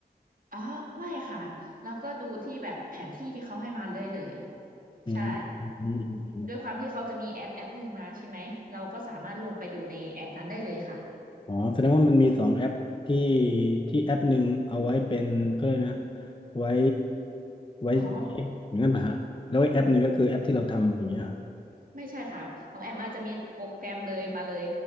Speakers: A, on the right; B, on the left.
A: อ๋อไม่ค่ะเราก็ดูที่แบบแผนที่ที่เขาให้มาเลยเลย
B: อืมอืม
A: ใช่ด้วยความที่เขาจะมีแอปแอปหนึ่งมาใช่ไหมเราก็สามารถลงไปดูในแอปนั้นได้เลยค่ะ
B: อ๋อแสดงว่ามันมีสองแอปที่ที่แอปหนึ่งเอาไว้เป็นก็เลยกนะไว้ไว้เช็คอย่างนั้นป่ะฮะแล้วอีกแอปหนึ่งก็คือแอปที่เราทำอย่างเงี้ยฮะ
A: อ๋อไม่ใช่ค่ะของแอมมาจะมีโปรแกรมเลยมาเลย